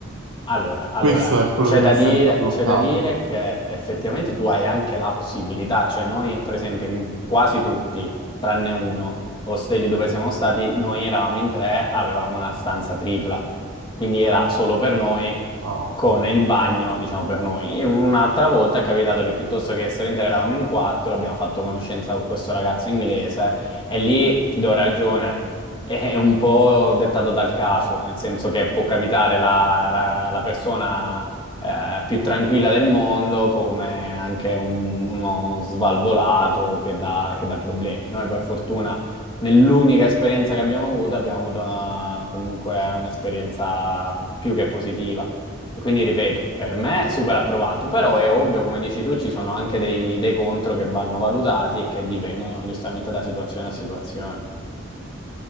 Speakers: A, on the left (about 20°); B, on the right (about 85°).
A: Allora, allora,
B: Questo è quello
A: c'è
B: che mi
A: da
B: ha
A: dire,
B: sempre bloccato.
A: c'è da dire che effettivamente tu hai anche la possibilità, cioè noi per esempio in quasi tutti, tranne uno, ostelli dove siamo stati, noi eravamo in tre, avevamo una stanza tripla, quindi era solo per noi,
B: Ah, ok.
A: con il bagno, diciamo per noi. E un'altra volta è capitato che piuttosto che essere in tre eravamo in quattro, abbiamo fatto conoscenza con questo ragazzo inglese e lì ti do ragione, è un po' dettato dal caso, nel senso che può capitare la, la- la persona eh, più tranquilla del mondo come anche un- uno svalvolato che dà, che dà problemi. Noi per fortuna nell'unica esperienza che abbiamo avuto abbiamo avuto una- comunque un'esperienza più che positiva. E quindi ripeto, per me super approvato, però è ovvio, come dici tu, ci sono anche dei, dei contro che vanno valutati e che dipendono giustamente da situazione a situazione.